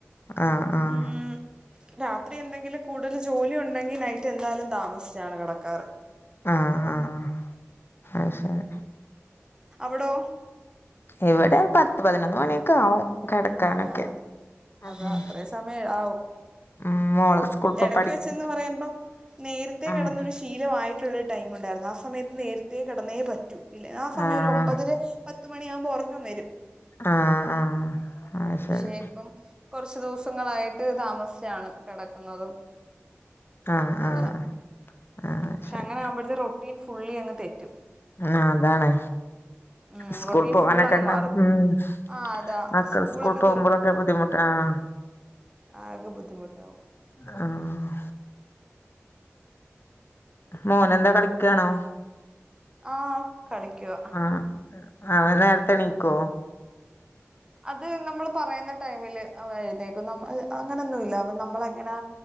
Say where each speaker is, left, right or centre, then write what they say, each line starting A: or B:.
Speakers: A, on the left (about 50°); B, on the right (about 15°).
A: ആഹ് ആഹ്
B: ഉം രാത്രി എന്തെങ്കിലും കൂടുതൽ ജോലി ഉണ്ടെങ്കിൽ നൈറ്റ് എന്തായാലും താമസിച്ചാണ് കെടക്കാറ്
A: ആഹ് ആഹ് ഐശരി
B: അവടോ?
A: ഇവിടെ ഒരു പത്ത് പതിനൊന്ന് മണിയൊക്കെ ആവും കെടക്കാനൊക്കെ
B: ആഹ്
A: ഉം
B: അതാ അത്രയും സമയം ആവും
A: ഉം മോളെ സ്കൂളിപ്പോ
B: എടക്ക്
A: പഠിപ്പിക്ക
B: വെച്ചന്ന് പറയുമ്പം നേരത്തെ
A: ആഹ്
B: കെടന്നൊരി ശീലമായിട്ടുള്ളൊരു ടൈമുണ്ടായിരുന്നു ആ സമയത്ത് നേരത്തേ കിടന്നേ പറ്റൂ ഇല്ല ആ സമയൊരു
A: ആഹ്
B: ഒമ്പതെര പത്ത് മണിയാവുമ്പോ ഒറക്കം വരും
A: ആഹ് ആഹ് അത്
B: പക്ഷെ
A: ശരി
B: ഇപ്പം കുറച്ച് ദിവസങ്ങളായിട്ട് താമസിച്ചിട്ടാണ് കിടക്കുന്നതും
A: ആഹ് ആഹ്
B: എല്ല
A: ആഹ്
B: പക്ഷെ
A: ശരി
B: അങ്ങനെ ആവുമ്പോത്തിനും റൊട്ടീൻ ഫുള്ളി അങ്ങ് തെറ്റും
A: ആ അതാണ്
B: ഉം
A: സ്കൂൾ
B: റൊട്ടീൻ
A: പോവാനൊക്കെണ്ടാവു
B: ഫുൾ അങ്ങ് മാറും
A: ഉം
B: ആ അതാ
A: മക്കൾ
B: സ്കൂളൊക്കെ
A: സ്കൂൾ പോകുമ്പോഴൊളൊക്കെ ബുദ്ധിമുട്ടാണോ
B: അതൊകെ ബുദ്ധിമുട്ടാവും
A: ആഹ് മോനെന്താ കളിക്കാണോ?
B: ആഹ് കളിക്കുവാ
A: ആഹ് അവൻ നേരത്തെ ണീക്കോ?
B: അത് നമ്മള് പറയുന്ന ടൈമില് അവനെഴുന്നേക്കും അങ്ങനെയൊന്നുംല്ല അവ നമ്മളെങ്ങനെ